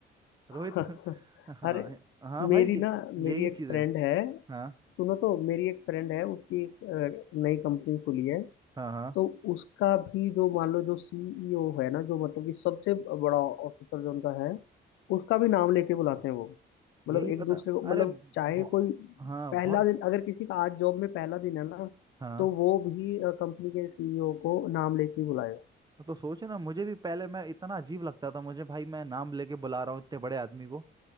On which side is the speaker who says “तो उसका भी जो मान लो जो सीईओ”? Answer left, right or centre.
Left